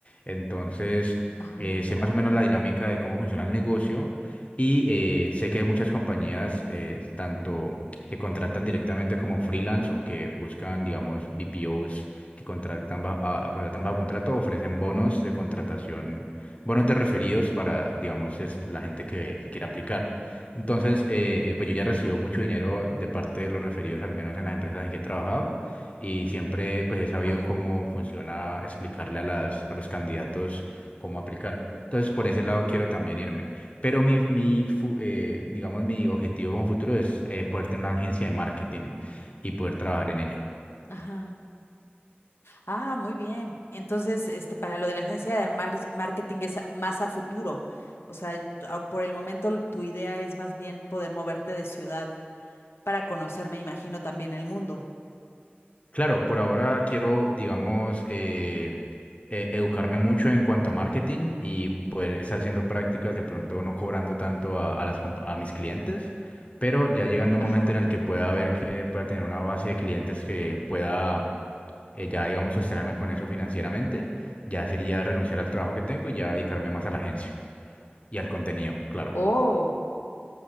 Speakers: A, on the left; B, on the left.
A: Entonces,
B: ajá,
A: eh, sé más o menos la dinámica de cómo funciona el negocio y eh, sé que hay muchas compañías, eh, tanto que contratan directamente como freelance o que buscan, digamos, BPOs que contratan ba- a, a- contratan bajo contrato, ofrecen bonos de contratación, bonos de referidos para, digamos, es la gente que, que quiera aplicar. Entonces, eh, pues yo ya
B: ajá,
A: recibo mucho dinero de parte de los referidos, al menos en las empresas en que he trabajado, y siempre pues he sabido
B: ajá,
A: cómo funciona explicarle a las, a los candidatos cómo aplicar. Entonces, por ese lado quiero también irme. Pero mi, mi fu- eh, digamos, mi objetivo como futuro es eh, poder tener una agencia de marketing y poder trabajar en ella.
B: ajá. Ah, muy bien. Entonces, este, para lo de la agencia de mar- marketing es más a futuro. O sea, tú- ah, por el momento tu idea es más bien poder moverte de ciudad para conocer, me imagino, también el mundo.
A: Claro, por ahora quiero, digamos, eh, eh, educarme mucho en cuanto a marketing y poder estar haciendo prácticas, de pronto no cobrando tanto a, a las, comp- a mis clientes, pero ya llegando un
B: Ajá.
A: momento en el que pueda ver que pueda tener una base de clientes que pueda eh, ya, digamos, sostenerme con eso financieramente, ya sería renunciar al trabajo que tengo y ya dedicarme más a la agencia y al contenido, claro.
B: Oh,